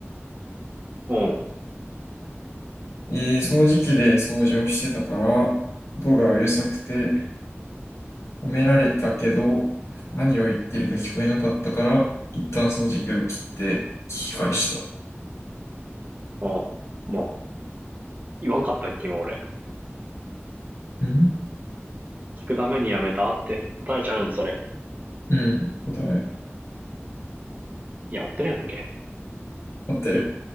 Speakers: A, on the right (about 40°); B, on the left (about 85°).
A: うん。
B: えー、掃除機で掃除をしてたから、音がうるさくて、褒められたけど、何を言ってるか聞こえなかったから、一旦掃除機を切って聞き返した。
A: ああ。まあ、言わんかったっけ、今俺。
B: ん
A: 聞くためにやめたって答えちゃうん、それ。
B: うん。答え、
A: やってるやんけ。
B: 合ってる。